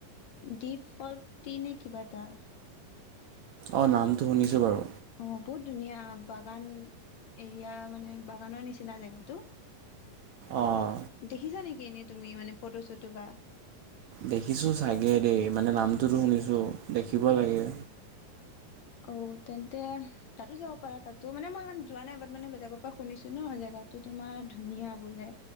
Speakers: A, on the left; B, on the right.
A: ডিপ ফল্টটি নে কিবা এটা।
B: অ, ' নামটো শুনিছো বাৰু।
A: অ', বহুত ধুনীয়া, বাগান এৰিয়া মানে বাগানৰ নিচিনা জেগাটো।
B: অঁ
A: দেখিছা নেকি? কেনে তুমি মানে ফটো- চটো বা,
B: দেখিছো চাগে দেই, মানে নাম, এইটোটো শুনিছোঁ, দেখিব লাগে।
A: অও, তেন্তে, তাতো যাব পাৰা। তাতো মানে মই ইমান যোৱা নাই বাট মানে বেলেগৰ পৰা শুনিছো ন ', জেগাতো তোমাৰ ধুনীয়া বোলে।